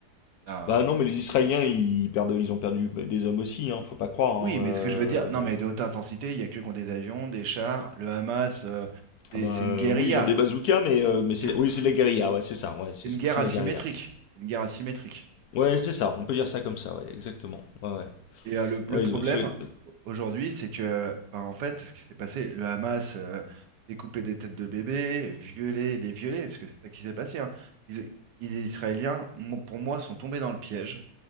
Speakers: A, on the right (about 80°); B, on the left (about 70°).
A: Là,
B: Bah non, mais les Israéliens, ils perdent, ils ont perdu bah, des hommes aussi, hein, faut pas croire. hein.
A: oui, mais
B: Euh,
A: ce que je veux dire, non, mais de haute intensité, il y a que contre des avions, des chars, le Hamas, euh, c'est
B: Ah bah
A: c'est
B: euh,
A: une guérilla.
B: oui, ils ont des bazookas, mais, euh, mais c'est
A: C'est une,
B: oui, c'est de la guérilla, ouais, c'est ça, ouais, c'est
A: c'est une
B: c'est
A: guerre
B: c'est
A: asymétrique.
B: de la guérilla.
A: C'est une guerre asymétrique.
B: Ouais, c'est ça, on peut dire ça comme ça, ouais, exactement. Ouais, ouais.
A: Et euh, le, le
B: Ouais,
A: problème
B: ils- euh, c'est- euh,
A: aujourd'hui, c'est que, bah, en fait, ce qui s'est passé, le Hamas euh, découpait des têtes de bébés, violait, les violait, parce que c'est ça qui s'est passé. hein. Ils- les Israéliens, mo- pour moi, sont tombés dans le piège.